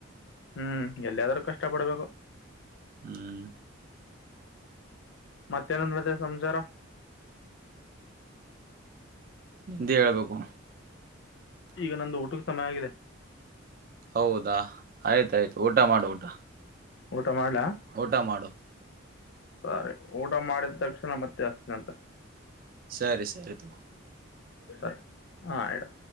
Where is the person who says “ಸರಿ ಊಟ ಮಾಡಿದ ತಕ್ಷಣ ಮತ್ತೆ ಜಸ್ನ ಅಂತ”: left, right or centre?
Left